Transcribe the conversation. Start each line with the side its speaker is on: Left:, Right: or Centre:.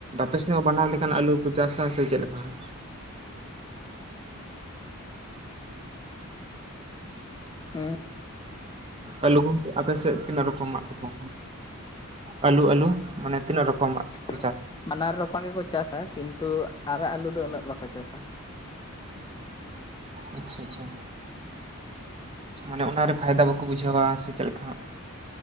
Right: ᱟᱯᱮᱥᱮᱜ ᱦᱚᱸ ᱵᱟᱱᱟᱨ ᱞᱮᱠᱟᱱ ᱟᱹᱞᱩ ᱠᱚ ᱪᱟᱥᱟ ᱥᱮ ᱪᱮᱫ ᱞᱮᱠᱟ ᱦᱟᱜ᱾
Left: ᱦᱩᱸ
Right: ᱟᱹᱞᱩ ᱜᱚᱢᱠᱮ ᱟᱯᱮᱥᱮᱫ ᱛᱤᱱᱟᱹᱜ ᱨᱚᱠᱚᱢᱟᱜ ᱠᱚ ᱪᱟᱥᱟ ᱟᱹᱞᱩ ᱟᱹᱞᱩ ᱢᱟᱱᱮ ᱛᱤᱱᱟᱹᱜ ᱨᱚᱠᱚᱢᱟᱜ?
Left: <unintelligible>
Right: ᱠᱚ ᱪᱟᱥᱟ
Left: ᱵᱟᱱᱟᱨ ᱨᱚᱠᱚᱢᱟᱜ ᱜᱮᱠᱚ ᱪᱟᱥᱟ ᱠᱤᱱᱛᱩ ᱟᱨᱟᱜ ᱟᱹᱞᱩ ᱫᱚ ᱩᱱᱟᱹᱜ ᱵᱟᱠᱚ ᱪᱟᱥᱟ ᱾
Right: ᱟᱪᱪᱷᱟ ᱟᱪᱪᱷᱟ ᱾ ᱢᱟᱱᱮ ᱚᱱᱟᱨᱮ ᱯᱷᱟᱭᱫᱟ ᱵᱟᱠᱚ ᱵᱩᱡᱷᱟᱹᱣᱟ, ᱥᱮ ᱪᱮᱫ ᱞᱮᱠᱟ ᱦᱟᱸᱜ?